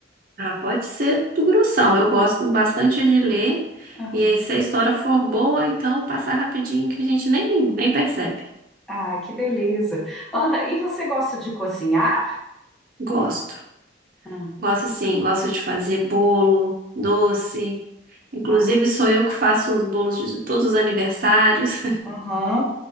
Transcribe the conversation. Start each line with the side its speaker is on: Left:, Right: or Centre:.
Right: Ah, pode ser do grossão. Eu gosto bastante de ler.
Centre: Aham.
Right: E aí, se a história for boa, então passa rapidinho que a gente nem, nem percebe.
Centre: Ah, que beleza. Ana, e você gosta de cozinhar?
Right: Gosto,
Centre: Ah,
Right: gosto sim, gosto de fazer bolo, doce. Inclusive,
Centre: ah,
Right: sou eu que faço os bolos de todos os aniversários.
Centre: aham.